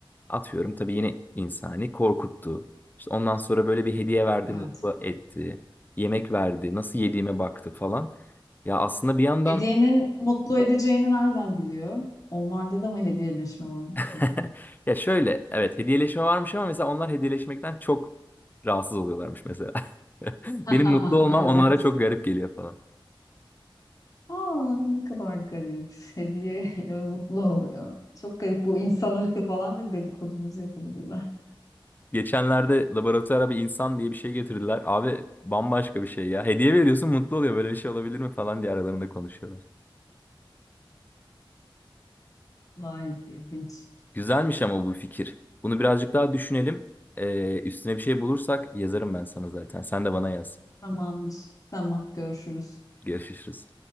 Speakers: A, on the left; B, on the left.
A: atıyorum tabii yine insani korkuttu. İşte ondan sonra böyle bir hediye verdi,
B: Evet.
A: mutlu etti. Yemek verdi, nasıl yediğime baktı falan. Ya aslında bir yandan
B: Hediyenin mutlu edeceğini nereden biliyor? Onlarda da mı hediyeleşme varmış
A: <laughs>
B: acaba?
A: Ya şöyle evet hediyeleşme varmış ama mesela onlar hediyeleşmekten çok rahatsız oluyorlarmış mesela. <laughs> Benim
B: <laughs>
A: mutlu olmam
B: Evet.
A: onlara çok garip geliyor falan.
B: Aa, ne kadar garip. Hediyeyle mutlu oluyor. Çok garip bu insan ırkı falan da dedikodumuzu yapabilirler.
A: Geçenlerde laboratuvara bir insan diye bir şey getirdiler. Abi bambaşka bir şey ya. Hediye veriyorsun mutlu oluyor böyle bir şey olabilir mi falan diye aralarında konuşuyorlar.
B: Vay ilginç.
A: Güzelmiş ama bu fikir. Bunu birazcık daha düşünelim. Ee, üstüne bir şey bulursak yazarım ben sana zaten. Sen de bana yaz.
B: Tamamdır. Tamam görüşürüz.
A: Görüşürüz.